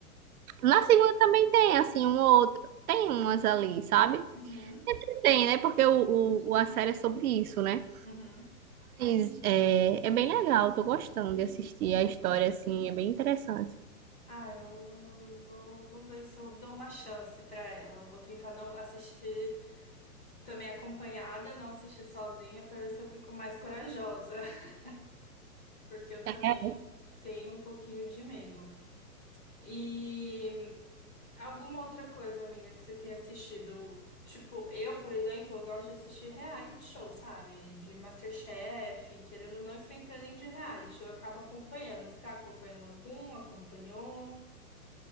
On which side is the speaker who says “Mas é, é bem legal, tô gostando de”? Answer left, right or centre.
Right